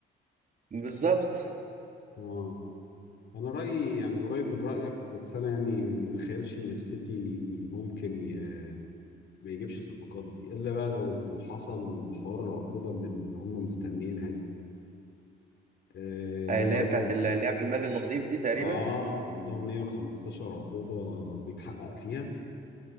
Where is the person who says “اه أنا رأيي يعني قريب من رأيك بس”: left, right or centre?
Left